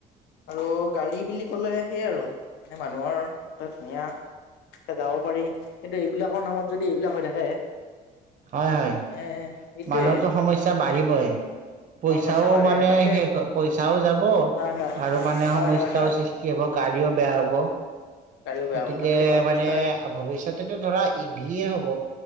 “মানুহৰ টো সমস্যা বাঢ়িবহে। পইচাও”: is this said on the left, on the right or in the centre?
Right